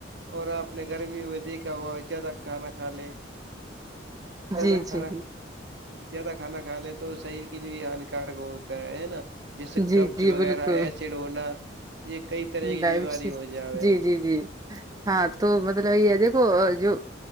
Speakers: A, on the right (about 65°); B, on the right (about 20°).
A: اور آپ نے گرمیوں میں دیکھا ہوا زیادہ کھانا کھا لیں زیادہ
B: جی
A: کھانا
B: جی
A: زیادہ کھانا کھا لے تو شریر کے لیے بھی ہان کارک ہوتا ہے ہے نا جیسے
B: جی
A: کب
B: جی
A: ک وغیرہ
B: بالکل
A: ایسڈ ہونا یہ کئی طرح کی
B: ڈائبٹیز
A: بیماری ہو جاوے
B: جی جی جی ہاں تو مطلب یہ ہے دیکھو جو